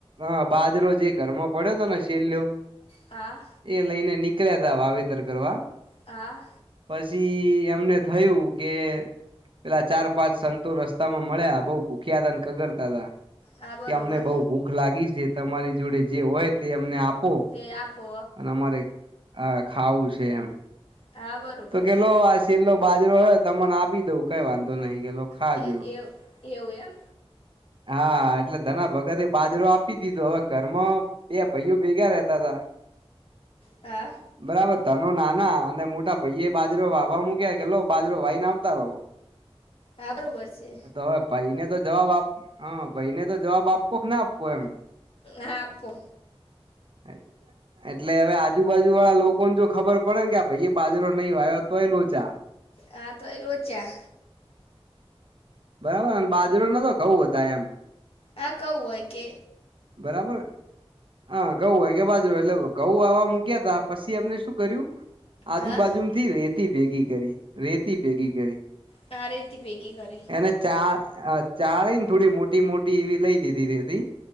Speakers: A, on the right; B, on the left.
A: હ બાજરો જે ઘરમાં પડ્યો હતો ને શેલયો
B: હા.
A: એ લઈને નીકળ્યા તા વાવેતર કરવા
B: હા.
A: પછી એમને થયું કે પેલા ચાર પાંચ સંતો રસ્તામાં મળ્યા બહુ ભૂખ્યા હતા ને કગરતા હતા.
B: હા બરોબર
A: કે અમને બઉ ભૂખ લાગી છે તમારી જોડે જે હોય તે અમને આપો
B: તે આપો
A: અને અમારે આ ખાવું છે એમ
B: હા બરોબર
A: તો કેલો આ છેેલ્લો બાજરો હો તમને આપી તો કઈ વાંધો નહી ગેલો ખાજો
B: છે એ એ એવું એમ
A: હા એટલે ધના ભગતે બાજરો આપી દીધો હવે ઘરમાં બે ભઈઓ ભેગા રહેતા તા
B: હા.
A: બરાબર ધનો નાના અને મોટા ભઈ એ બાજરો વાવા મૂક્યા કે લો બાજરો વાઈ ન આવતા રો.
B: હા બરોબર શે.
A: હવે ભાઈને તો જવાબ આપ હ ભાઈને તો જવાબ આપ આપવો ના આપવો એમ <unintelligible>
B: હા આપો
A: એટલે હવે આજુબાજુ વાળા લોકો ને જો ખબર પડે કે આ ભઈ બાજરો નઈ વાયો તોય લોચા.
B: હા તો એ લોચા.
A: બરાબર બાજરો ન તો ઘઉં હતા એમ.
B: આ ધઉ હોય કે
A: બરાબર. હા ઘંઉ હોય કે બાજરો એટલે ઘઉં વાવા મૂક્યા તા પછી એમને શું કર્યું. આજુ
B: હા
A: બાાજુથી રેતી ભેગી કરી રેતી ભેગી કરી.
B: તા રેતી ભેગી કરી.
A: એને ચા આ ચાળીન થોડી મોટી મોટી એવી લઈ લીધી રેતી.